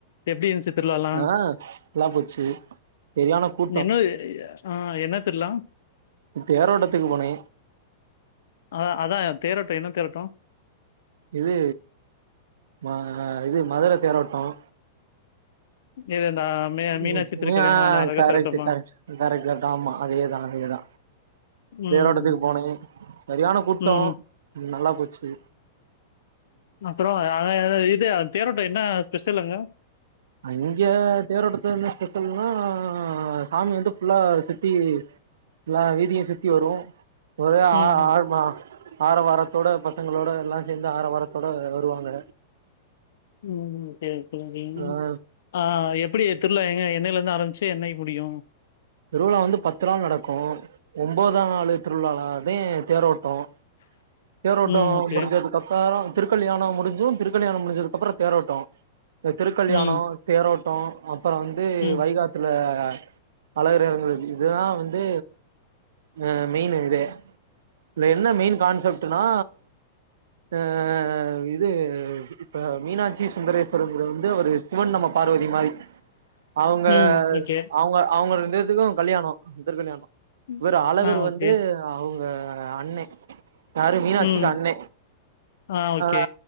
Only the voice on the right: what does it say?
ஆன் நல்லா போச்சு செரியான கூட்
தேரோட்டத்துக்கு போனே
இது ம இது மதுர தேரோட்டம்
<unintelligible>
கரெக்ட்
கரெக்ட் கரெக்ட் கரெக்ட் ஆம்மா அதேதான் அதேதான்
தேரோட்டத்துக்கு போனேன் சரியான கூட்டம்
நல்லா போச்சி
அங்கெ தேரோட்டத்து என்ன ஸ்பெஷல்னா சாமி வந்து ஃபுல்லா சுத்தி எல்லா வீதியும் சுத்தி வரும் ஒரே ஆ
ஆழ்மா ஆர வாரத்தோட பசங்களோட எல்லா சேந்து ஆர வாரத்தோட வருவாங்க
ஆ
திருவிழா வந்து பத்து நாள் நடக்கும் ஒம்போதான் நாளு திருவிழாலதான் தேரோட்டம்
தேரோட்டம்
முடிஞ்சதுக்கப்பறம் திருக்கல்யாணம் முடிஞ்சும் திருக்கல்யாணம் முடிஞ்சதுக்கப்பறம் தேரோட்டம் திருக்கல்யாணம்
தேரோட்டம் அப்புறம் வந்து
வைகாத்துல பல <unintelligible> இதுதான் வந்து ஆன் மெயின் இதே இதல என்ன மெயின் கான்செப்ட்டுனா ஆன் இது இப்ப மீனாட்சி சுந்தரேஸ்வரருங்கரவர் வந்து அவர் சிவன் நம்ம பார்வதி மாரி
அவங்க
அவங்க அவங்க ரெண்டுபேதுக்கோம் கல்யாணம் திரு கல்யாணம்
இவர் அழகர்
வந்து அவுங்க அண்ண யாரு மீனாட்சிக்கு
அண்ண
அ